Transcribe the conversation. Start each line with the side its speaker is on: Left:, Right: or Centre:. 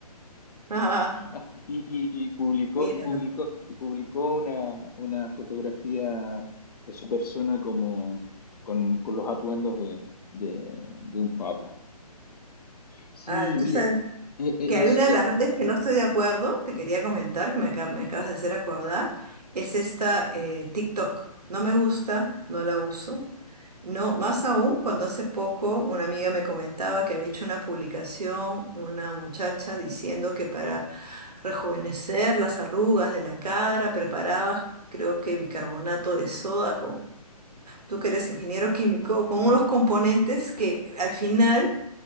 Right: <laughs> Ajá,
Left: Ah, Y, y- y publicó,
Right: míralo.
Left: y publicó, y publicó una, una fotografía de su persona como con, con los atuendos de, de- de un papa. Sí,
Right: Ah, tú
Left: mira,
Right: sabes
Left: e- e-
Right: que hay
Left: es,
Right: una
Left: es,
Right: de las redes que no estoy de acuerdo, te quería comentar, que me, acab- me
Left: ya.
Right: acabas de hacer acordar, es esta eh, TikTok. No me gusta, no la uso. No, más aún cuando hace poco una amiga me comentaba que había hecho una publicación, una muchacha diciendo que para rejuvenecer las arrugas de la cara preparaba, creo que bicarbonato de soda tú que eres ingeniero químico, con unos
Left: <laughs>
Right: componentes que al final